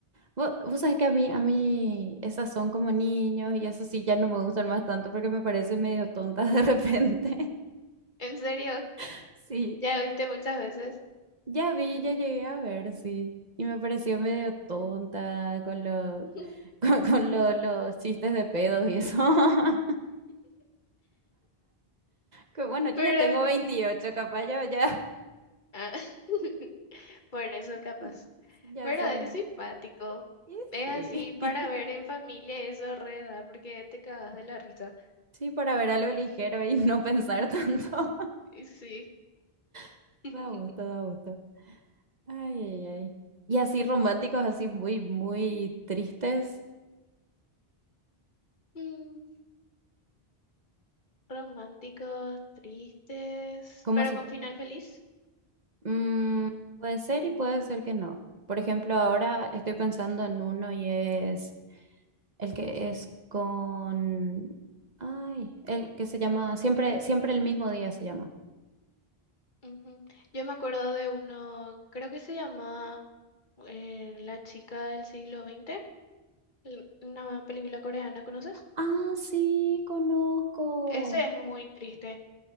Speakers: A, on the right (about 45°); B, on the left (about 50°).
A: Vo- Vos sabés que a mí, a mí esas son como niños y eso sí ya no me gustan más tanto porque me parecen medio tontas de repente.
B: ¿En serio?
A: <laughs>
B: Ya
A: Sí,
B: viste muchas veces.
A: ya vi, ya llegué a ver, sí. Y me pareció medio tonta con los,
B: <laughs>
A: <laughs> con, con lo- los chistes de pedos y eso. <laughs> Que bueno, yo
B: Pero
A: ya tengo
B: es mu-
A: 28 capaz yo ya,
B: ah, <laughs> Por eso capaz.
A: <laughs> ya
B: Pero
A: soy...
B: es simpático.
A: Y
B: Es
A: sí.
B: así para
A: <laughs>
B: ver en familia eso reda, porque te cagas de la risa.
A: Sí, para ver algo ligero y no pensar tanto.
B: Y Sí.
A: <laughs>
B: <laughs>
A: Da gusto, da gusto. Ay, ay, ay. Y así románticos, así muy, muy tristes,
B: Mm, Románticos, tristes,
A: como
B: pero
A: si...
B: con final feliz.
A: mm, puede ser y puede ser que no. Por ejemplo, ahora estoy pensando en uno y es el que es con... Ay, el que se llama... Siempre, siempre el mismo día se llama.
B: Ujú. Yo me acuerdo de uno, creo que se llama eh, La chica del siglo veinte l- una película coreana, ¿conoces?
A: Ah, sí, conozco.
B: Ese es muy triste.